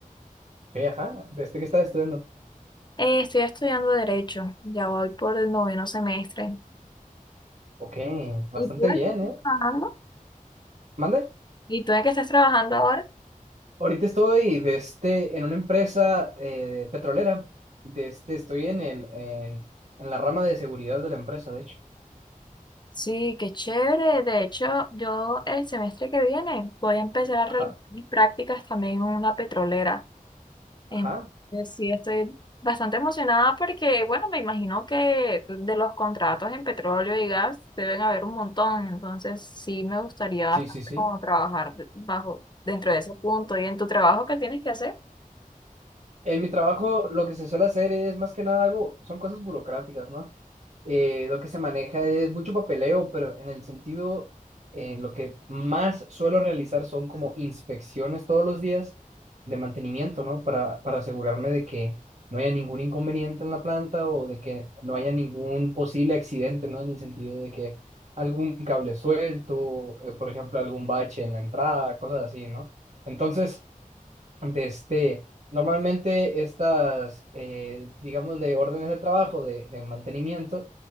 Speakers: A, on the right; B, on the left.
A: Ok, ajá, desde que estás estudiando.
B: Eh, estoy estudiando Derecho, ya voy por el noveno semestre.
A: Ok, bastante
B: ¿Y tú
A: bien,
B: en qué estás
A: ¿eh?
B: trabajando?
A: Mande.
B: ¿Y tú en qué estás trabajando ahora?
A: Ahorita estoy de este, en una empresa eh, petrolera, de este, estoy en, el, en, en la rama de seguridad de la empresa, de hecho.
B: Sí, qué chévere. De hecho, yo el semestre que viene voy a empezar a
A: Ajá,
B: realizar mis prácticas también en una petrolera. Entonces,
A: ajá,
B: sí, estoy bastante emocionada porque, bueno, me imagino que de los contratos en petróleo y gas deben haber un montón, entonces sí me gustaría
A: sí,
B: bastante
A: sí, sí.
B: como trabajar de- bajo, dentro de ese punto y en tu trabajo, ¿qué tienes que hacer?
A: En mi trabajo lo que se suele hacer es más que nada algo, son cosas burocráticas, ¿no? Eh, lo que se maneja es mucho papeleo, pero en el sentido, eh, lo que más suelo realizar son como inspecciones todos los días de mantenimiento, ¿no? Para, para asegurarme de que no haya ningún inconveniente en la planta o de que no haya ningún posible accidente, ¿no? En el sentido de que algún cable suelto, eh, por ejemplo, algún bache en la entrada, cosas así, ¿no? Entonces... De este, normalmente estas, eh, digamos, de órdenes de trabajo, de, de mantenimiento,